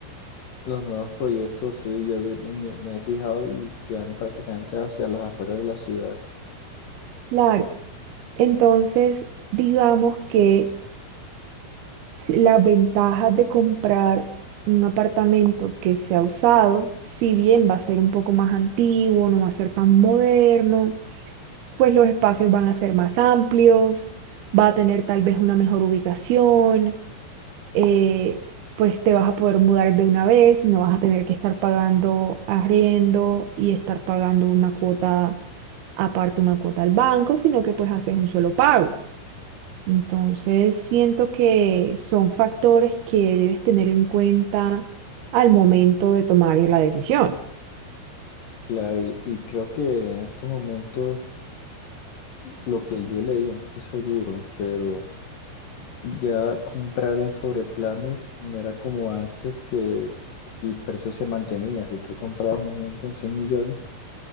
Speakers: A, on the left; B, on the right.
A: Los nuevos proyectos, sí, yo vi- me, me- me he fijado y que han prácticamente hacia las afueras de la ciudad.
B: claro, entonces digamos que si- la ventaja de comprar un apartamento que sea usado, si bien va a ser un poco más antiguo, no va a ser tan moderno, pues los espacios van a ser más amplios, va a tener tal vez una mejor ubicación, eh, pues te vas a poder mudar de una vez y no vas a tener que estar pagando arriendo y estar pagando una cuota aparte, una cuota al banco, sino que pues haces un solo pago. Entonces, siento que son factores que debes tener en cuenta al momento de tomar la decisión.
A: Claro, y, y creo que en estos momentos, lo que yo he leído, no estoy seguro, pero ya comprar en sobreplanos no era como antes que el precio se mantenía. Si tú comprabas, un ejemplo, en 100 millones